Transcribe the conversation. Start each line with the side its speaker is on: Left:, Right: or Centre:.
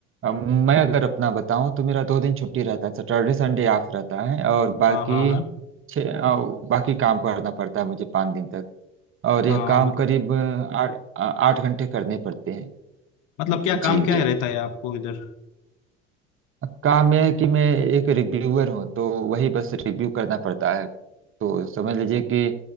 Right: अब मैं अगर अपना बताऊं तो मेरा दो दिन छुट्टी रहता है सैटरडे संडे ऑफ रहता है और बाकी
Left: हाँ हाँ हाँ
Right: छः औ, बाकी काम करना पड़ता है मुझे पाँच दिन तक और यह
Left: हाँ
Right: काम
Left: मतलब
Right: करीब अ, आठ आ- आठ घंटे करने पड़ते हैं
Left: मतलब क्या काम
Right: जी
Left: क्या
Right: जी
Left: रहता है आपको इधर
Right: काम यह है कि मैं एक रिव्यूअर हूँ तो वही बस रिव्यू करना पड़ता है तो समझ लीजिए कि